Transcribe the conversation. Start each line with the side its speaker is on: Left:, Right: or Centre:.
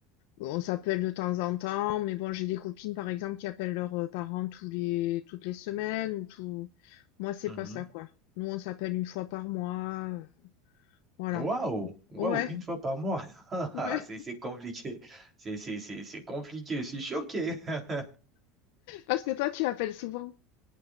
Left: on s'appelle de temps en temps, mais bon, j'ai des copines, par exemple, qui appellent leurs euh, parents tous les, toutes les semaines. ou Tout... Moi, c'est
Right: mhm.
Left: pas ça, quoi. Nous, on s'appelle une fois par mois. euh, Voilà.
Right: Waouh, waouh,
Left: Ouais.
Right: une fois par mois. <laughs>
Left: Ouais.
Right: C'est, c'est compliqué. C'est, c'est, c'est, c'est compliqué. Je suis choqué. <laughs>
Left: Parce que toi, tu appelles souvent?